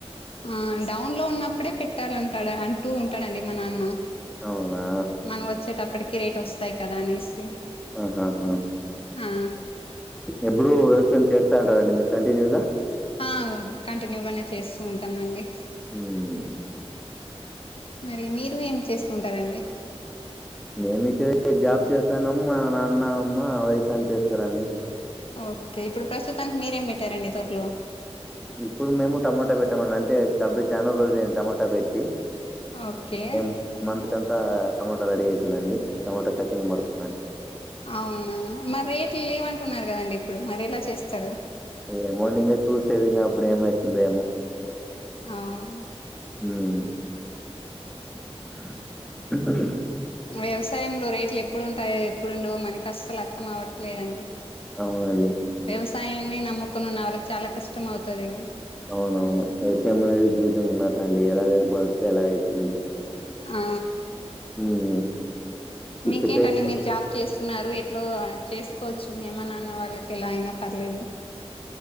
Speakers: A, on the left; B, in the centre.
A: ఆ డౌన్ లో ఉన్నప్పుడే పెట్టాలంటాడు అంటూ ఉంటాడండి మా నాన్న
B: అవునా?
A: మనం వచ్చేటప్పటికి రేటు వస్తాయి కదా అనేసి
B: ఆహాహా
A: ఆ
B: ఎప్పుడు వ్యవసాయం చేస్తారంటారండి మీరు కంటిన్యూగా
A: ఆ కంటిన్యూగానే చేస్తూ ఉంటామండి
B: ఉమ్
A: మరి మీరు ఏం చేస్తుంటారండి
B: మేమి ఇక్కడే జాబ్ చేస్తానం మా నాన్న అమ్మ వ్యవసాయం చేస్తారండి
A: ఓకే ఇప్పుడు ప్రస్తుతానికి మీరేం పెట్టారండి తోట్లో
B: ఇప్పుడు మేము టమోటా పెట్టామండి అంటే చాలా రోజులైంది టమాటా పెట్టి
A: ఓకే
B: ము మంత్ కంతా టమోటా రెడీ అవుతుందండి టమోటా కటింగ్ పడుతుందండి
A: అవునా మరి రేట్లు లేవంటున్నారు కదండి ఇప్పుడు మరి ఎలా చేస్తారు
B: ఏమో నింగా చూసేదింగ అప్పుడేమైతుందో ఏమో
A: అవ్
B: ఉహ్
A: వ్యవసాయంలో రేట్లు ఎప్పుడుంటాయో ఎప్పుడుండవో మనకు అసలు అర్థం అవట్లేదండి
B: అవునండి
A: వ్యవసాయాన్ని నమ్ముకొని ఉన్న వాళ్ళకి చాలా కష్టం అవుతది ఇవి
B: అవునవును వ్యవసాయం అనేది జూజం ఉన్నట్టండి ఎలాగై పడితే ఎలాగైతుంది
A: ఆ
B: హ్మ్. చిక్కితే
A: మీకేంటండి
B: అది
A: మీరు జాబ్ చేస్ స్తున్నారు ఎట్లో చేసుకోవచ్చు మీ అమ్మ నాన్న వాళ్ళకి ఎలా అయినా పర్లేదు